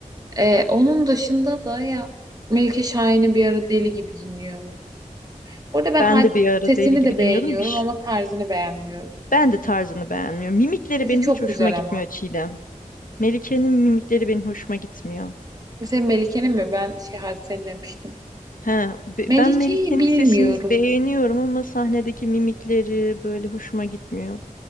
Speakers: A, on the right; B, on the left.
A: Ee, onun dışında da ya Melike Şahin'i bir ara deli gibi dinliyordum. Bu arada ben
B: Ben
A: Hadise'nin
B: de bir ara
A: sesini
B: deli gibi
A: de beğeniyorum
B: dinliyordum. Bir
A: ama tarzını beğenmiyorum.
B: Ben de tarzını beğenmiyorum. Mimikleri
A: Sesi
B: benim
A: çok
B: hiç hoşuma
A: güzel
B: gitmiyor
A: ama.
B: Çiğdem. Melike'nin mimikleri benim hoşuma gitmiyor.
A: Mesela Melike'nin mi? Ben şey Hadise'nin demiştim.
B: He, be-
A: Melike'yi
B: ben Melike'nin
A: bilmiyorum.
B: sesini beğeniyorum ama sahnedeki mimikleri böyle hoşuma gitmiyor.